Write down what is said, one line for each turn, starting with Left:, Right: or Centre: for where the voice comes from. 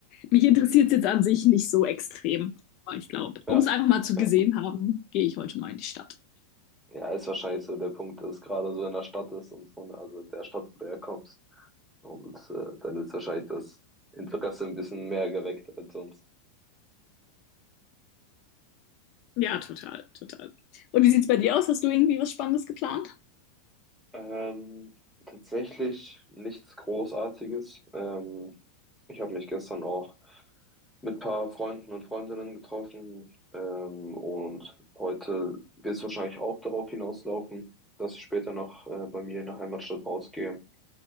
Left: mich interessiert es jetzt an sich nicht so extrem. Aber ich glaube,
Centre: Ja.
Left: um es einfach mal zu
Centre: Ja.
Left: gesehen haben, gehe ich heute mal in die Stadt.
Centre: Ja, ist wahrscheinlich so der Punkt, dass gerade so in der Stadt ist und so, ne? also in der Stadt, wo du herkommst. Und äh, dann ist wahrscheinlich das Interesse ein bisschen mehr geweckt als sonst.
Left: Ja, total, total. Und wie sieht's bei dir aus? Hast du irgendwie was Spannendes geplant?
Centre: Ähm, tatsächlich nichts Großartiges. Ähm, ich habe mich gestern auch mit ein paar Freunden und Freundinnen getroffen. Ähm, und heute wird es wahrscheinlich auch darauf hinauslaufen, dass ich später noch äh, bei mir in der Heimatstadt rausgehe.